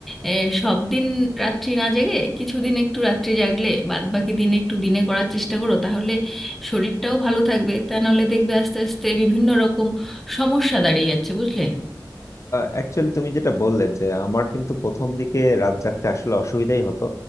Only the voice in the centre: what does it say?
এ, সব দিন রাত্রি না জেগে কিছুদিন একটু রাত্রি জাগলে বাদ বাকি দিনে একটু দিনে করার চেষ্টা করো তাহলে শরীরটাও ভালো থাকবে তা নাহলে দেখবে আস্তে আস্তে বিভিন্ন রকম সমস্যা দাঁড়িয়ে যাচ্ছে বুঝলে